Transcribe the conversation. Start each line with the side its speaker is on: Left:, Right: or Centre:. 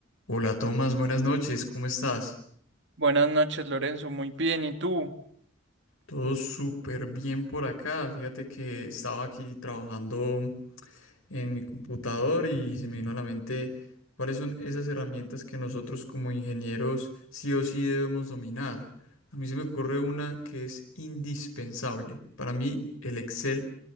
Left: Hola Tomás, buenas noches, ¿cómo estás?
Right: Buenas noches, Lorenzo. Muy bien. ¿Y tú?
Left: Todo súper bien por acá. Fíjate que estaba aquí trabajando en mi computador y se me vino a la mente cuáles son esas herramientas que nosotros como ingenieros sí o sí debemos dominar. A mí se me ocurre una que es indispensable. Para mí el Excel